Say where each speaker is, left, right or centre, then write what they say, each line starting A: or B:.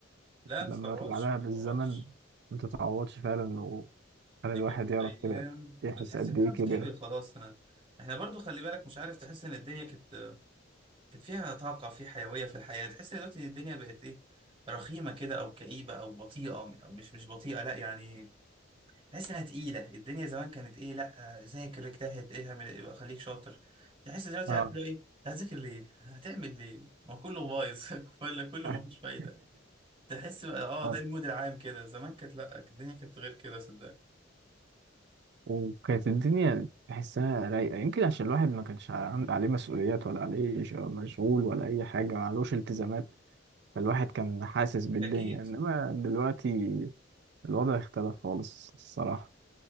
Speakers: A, on the right; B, on the right.
A: لا
B: لما
A: ما تتعوضش
B: أرجع لها
A: ما
B: بالزمن
A: تتعوضش
B: ما تتعوضش فعلا وخلي
A: دي
B: الواحد
A: كانت
B: يعرف
A: ايام
B: كده يحس
A: بتحس
B: قد
A: ان
B: إيه
A: حد
B: كبر
A: كبر خلاص انا احنا برضو خلي بالك مش عارف تحس ان الدنيا كانت كانت فيها طاقه في حيويه في الحياه تحس إن دلوقتي الدنيا بقت ايه رخيمه كده او كئيبه او بطيئه او مش مش بطيئه لا يعني تحس انها تقيله الدنيا زمان كانت ايه لا آه، ذاكر اجتهد ايه اعمل يبقى خليك شاطر تحس دلوقتي
B: اه
A: عارف لو ايه هتذاكر ليه هتعمل ليه هو كله بايظ <laughs> كله كله
B: <laughs>
A: مفيش فايده تحس بقى اه
B: آه.
A: ده المود العام كده زمان كانت لا الدنيا كانت غير كده صدقني
B: وكانت الدنيا تحسها رايقة يمكن عشان الواحد ما كانش عن- عليه مسؤوليات ولا عليه ش- مشغول ولا أي حاجة ما علوش التزامات فالواحد كان حاسس بالدنيا
A: اكيد
B: إنما دلوقتي الوضع اختلف خالص الصراحة